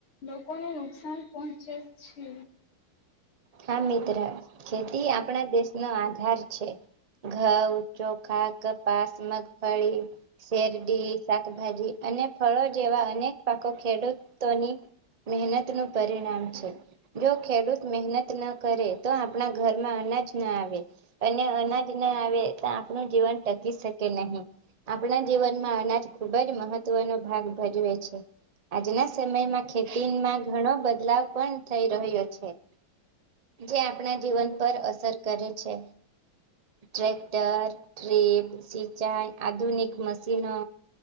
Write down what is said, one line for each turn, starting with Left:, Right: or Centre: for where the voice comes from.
Left: લોકોને નુકસાન પહોંચે છે
Right: હા મિત્ર ખેતી આપણા દેશનો આધાર છે ઘઉં ચોખા કપાસ મગફળી શેરડી સાક ભાજી અને ફળો જેવા અનેક પાકો ખેડૂતોની મહેનત નું પરિણામ છે જો ખેડૂત મહેનત ત ના કરે તો આપણા ઘરમાં અનાજ ના આવે અને અનાજ ના આવે તો આપણું જીવન ટકી શકે નહી. આપણા જીવનમાં અનાજ ખૂબ જ મહત્વનો ભાગ ભજવે છે આજના સમયમાં ખેતીમાં ઘણો બદલાવ પણ થઈ રહ્યો છે. જે આપણા જીવન પર અસર કરે છે. ટ્રેક્ટર ટ્રીપ સિંચાઈ આધુનિક મશીનો